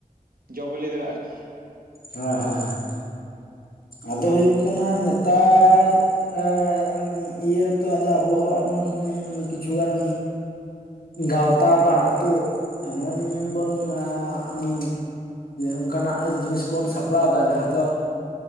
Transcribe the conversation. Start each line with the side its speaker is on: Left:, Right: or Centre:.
Right: ᱡᱚ ᱵᱮᱞᱮ ᱫᱟᱲᱮᱭᱟᱜᱼᱟ ᱟᱨᱠᱤ
Left: ᱦᱟᱸ ᱦᱟᱸ ᱦᱟᱸ ᱟᱫᱚ ᱦᱳᱭᱳᱜ ᱠᱟᱱᱟ ᱱᱮᱛᱟᱨ ᱟᱻ ᱤᱭᱟᱹ ᱨᱮ ᱛᱚ ᱟᱫᱚ ᱟᱵᱚᱦᱚᱸ ᱮᱢᱚᱱ ᱠᱤᱪᱷᱩᱜ ᱜᱟᱱ ᱜᱟᱶᱛᱟ ᱵᱟ ᱟᱹᱛᱳ ᱮᱢᱚᱱ ᱵᱚᱱ ᱟᱢ ᱚᱱᱠᱟᱱᱟᱜ ᱡᱤᱱᱤᱥ ᱵᱚᱱ ᱥᱟᱯᱲᱟᱣ ᱫᱟ ᱡᱟᱦᱟᱸ ᱫᱚ